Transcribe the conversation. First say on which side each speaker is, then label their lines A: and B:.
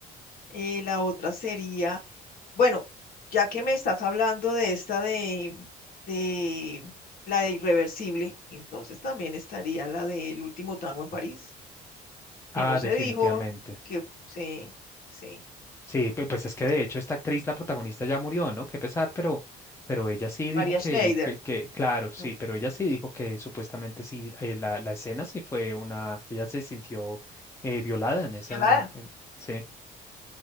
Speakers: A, on the left; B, on the left.
A: Eh, la otra sería, bueno, ya que me estás hablando de esta de, de la de Irreversible, entonces también estaría la del último tango en París, que
B: Ah,
A: no se
B: definitivamente.
A: dijo, que sí, sí,
B: Sí, pu- pues es que de
A: sí.
B: hecho esta actriz, la protagonista, ya murió, ¿no? Qué pesar, pero, pero ella sí dijo
A: María
B: que,
A: Schneider.
B: que, que, claro, sí,
A: Mm.
B: pero ella sí dijo que supuestamente sí, eh, la, la escena sí fue una, ella se sintió eh, violada en esa,
A: Yolanda.
B: en- sí.